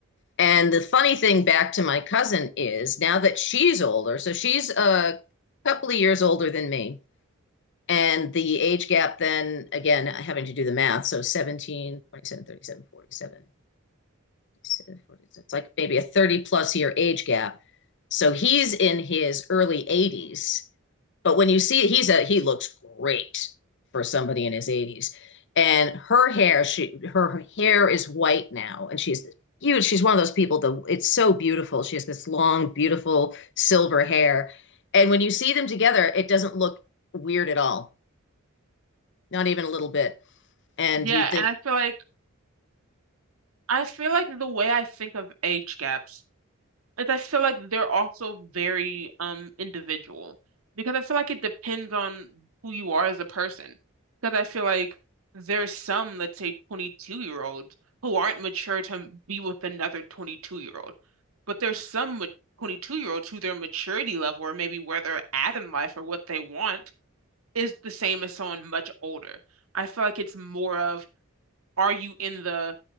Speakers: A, on the left; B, on the right.
A: And the funny thing back to my cousin is now that she's older, so she's a couple of years older than me. And the age gap then, again, having to do the math, so 17, 27, 37, 47. it's like maybe a 30 plus year age gap. So he's in his early 80s, but when you see he's a he looks great for somebody in his 80s. And her hair, she her hair is white now, and she's huge. She's one of those people that it's so beautiful. She has this long, beautiful silver hair. And when you see them together, it doesn't look weird at all, not even a little bit. And
B: Yeah,
A: you'd think,
B: and I feel like I feel like the way I think of age gaps But I feel like they're also very um individual because I feel like it depends on who you are as a person. Because I feel like there's some, let's say, 22 year olds who aren't mature to be with another 22 year old, but there's some ma- 22 year olds who their maturity level or maybe where they're at in life or what they want is the same as someone much older. I feel like it's more of are you in the